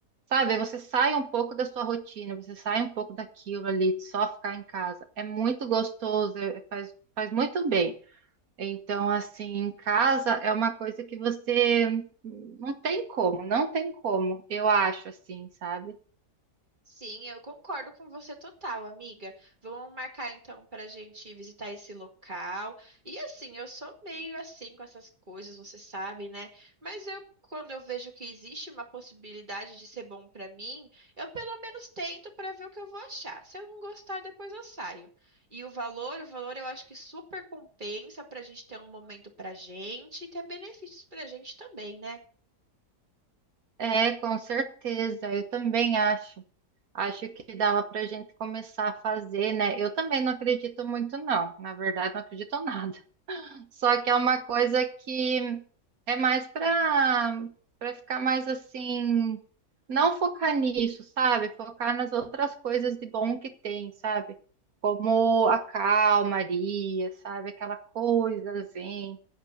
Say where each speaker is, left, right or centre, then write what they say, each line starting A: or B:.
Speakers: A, on the right; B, on the right.
A: sabe? Você sai um pouco da sua rotina, você sai um pouco daquilo ali, de só ficar em casa. É muito gostoso, é- faz, faz muito bem. Então, assim, em casa é uma coisa que você hum, não tem como, não tem como, eu acho assim, sabe?
B: Sim, eu concordo com você total, amiga. Vamos marcar então para a gente visitar esse local. E assim, eu sou meio assim com essas coisas, você sabe, né? Mas eu, quando eu vejo que existe uma possibilidade de ser bom para mim, eu pelo menos tento para ver o que eu vou achar. Se eu não gostar, depois eu saio. E o valor, o valor eu acho que super compensa para a gente ter um momento para gente e ter benefícios para a gente também, né?
A: É, com certeza, eu também acho. Acho que dava para a gente começar a fazer, né? Eu também não acredito muito, não. Na verdade, não acredito em nada. <laughs> Só que é uma coisa que é mais para para ficar mais assim, não focar nisso, sabe? Focar nas outras coisas de bom que tem, sabe? Como a calmaria, sabe? Aquela coisa zen